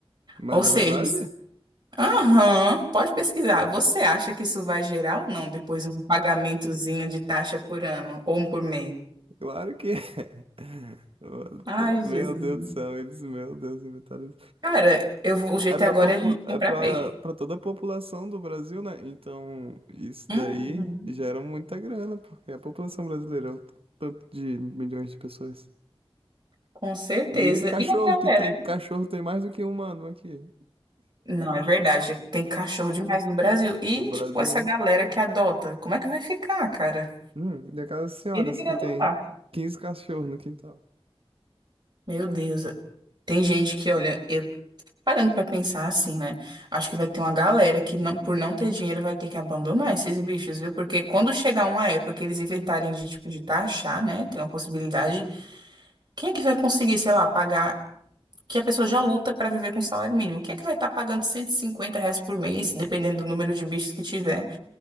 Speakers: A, on the right; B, on the right.
A: Mas
B: Ou seja,
A: é verdade?
B: Aham, pode pesquisar. Você acha que isso vai gerar ou não depois um pagamentozinho de taxa por ano ou um por mês?
A: Claro que é. <laughs>
B: Ai,
A: Meu
B: Jesus.
A: Deus do céu, eles, meu Deus, inventaram
B: Cara, eu vou- o jeito
A: É para
B: agora
A: popu...
B: é a gente
A: é
B: comprar
A: para
B: peixe.
A: para toda a população do Brasil, né? Então, isso
B: Uhum,
A: daí gera muita grana, porque a população brasileira é um tanto de milhões de pessoas.
B: com certeza.
A: E cachorro,
B: E a
A: que
B: galera?
A: tem cachorro tem mais do que um humano aqui.
B: Não, é verdade. Tem cachorro demais no Brasil. E,
A: O Brasil
B: tipo, essa galera
A: é...
B: que adota, como é que vai ficar, cara?
A: Hum, e aquelas senhoras
B: Ele queria
A: que
B: adotar.
A: tem 15 cachorros no quintal.
B: Meu Deus, tem gente que, olha, eu parando pra pensar assim, né? Acho que vai ter uma galera que não, por não ter dinheiro vai ter que abandonar esses bichos, viu? Porque quando chegar uma época que eles inventarem de tipo de taxar, né? Tem uma possibilidade. Quem é que vai conseguir, sei lá, pagar que a pessoa já luta pra viver com salário mínimo? Quem é que vai estar pagando 150 reais por mês, dependendo do número de bichos que tiver,